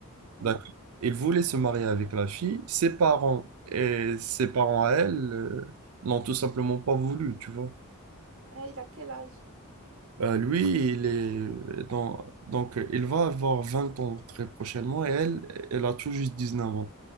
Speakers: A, on the right; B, on the right.
A: Mhm.
B: D'accord. Il voulait se marier avec la fille. Ses parents et ses parents à elle euh, n'ont tout simplement pas voulu, tu vois.
A: Et il a quel âge?
B: Euh, lui, il est euh, dans... donc euh, il va avoir 20 ans très prochainement et elle, elle a tout juste 19 ans.